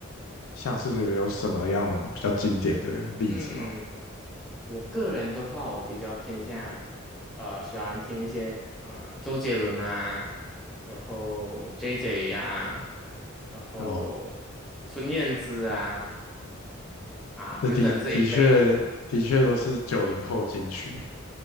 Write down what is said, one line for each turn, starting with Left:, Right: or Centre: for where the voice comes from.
Left: 像是有什么样比较经典的例子吗？
Centre: 嗯，我个人的话，我比较偏向呃喜欢听一些呃周杰伦啊，然后 JJ 呀、然后孙燕姿啊
Left: 哦，
Centre: 啊等等这一类的。
Left: 这的的确的确都是九零后金曲。